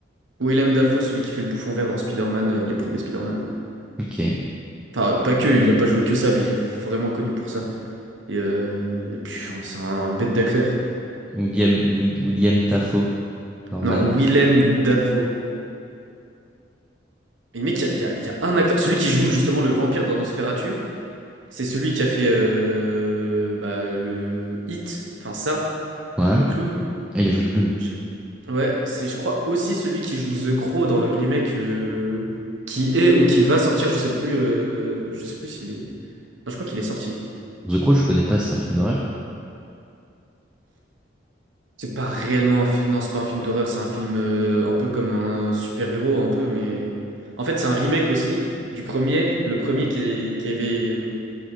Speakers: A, on the right; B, in the centre.
A: Willem Dafoe, celui qui fait le bouffon vert dans Spider-Man, euh, les premiers Spider-Man.
B: Ok.
A: Enfin, pas que, il a pas joué que ça, mais il est vraiment connu pour ça. Et, euh, et puis, enfin, c'est un bête d'acteur.
B: William, Wi- William Dafoe, Norman.
A: Non, Willem Dafoe. Mais mec, il y a, il y a- il y a un acteur. Celui qui joue justement le vampire dans Nosferatu, c'est celui qui a fait euh, bah, le Hit, enfin ça,
B: Ouais.
A: le clown.
B: Et il a joué le clown.
A: Je- Ouais, c'est, je crois, aussi celui qui joue The Crow dans le remake euh, qui est ou qui va sortir, je sais plus, euh, je sais plus s'il est. Non, je crois qu'il est sorti.
B: The Crow, je connais pas, c'est un film d'horreur.
A: C'est pas réellement un film. Non, c'est pas un film d'horreur, c'est un film euh, un peu comme un super-héros, un peu, mais. En fait, c'est un remake aussi du premier. Le premier qui est, qui avait...